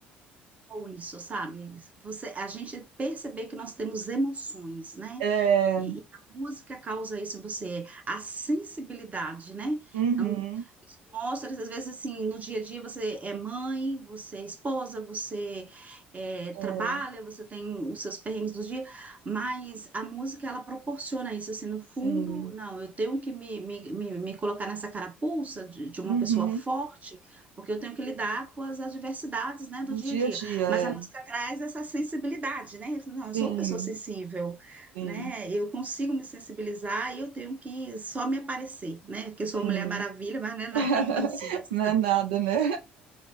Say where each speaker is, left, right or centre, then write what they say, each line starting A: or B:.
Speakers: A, on the right; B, on the right.
A: Ou isso, sabe? Você, a gente perceber que nós temos emoções, né?
B: É,
A: E, e a música causa isso em você, a sensibilidade, né?
B: uhum,
A: Então, isso mostra, às vezes, assim, no dia a dia você é mãe, você é esposa, você é,
B: é,
A: trabalha, você tem os seus perrengues do dia, mas a música, ela proporciona isso, assim, no
B: sim,
A: fundo, não, eu tenho que me, me, me, me colocar nessa carapuça de, de uma
B: uhum,
A: pessoa forte, porque eu tenho que lidar com as adversidades, né,
B: do
A: do dia
B: dia
A: a dia.
B: a dia, é,
A: Mas a música traz essa sensibilidade, né? Não,
B: sim,
A: eu sou uma pessoa sensível
B: sim,
A: né? Eu consigo me sensibilizar e eu tenho que só me aparecer, né? Que
B: sim,
A: eu sou uma Mulher Maravilha, mas não é nada
B: <laughs>
A: <laughs> disso,
B: não é nada, né?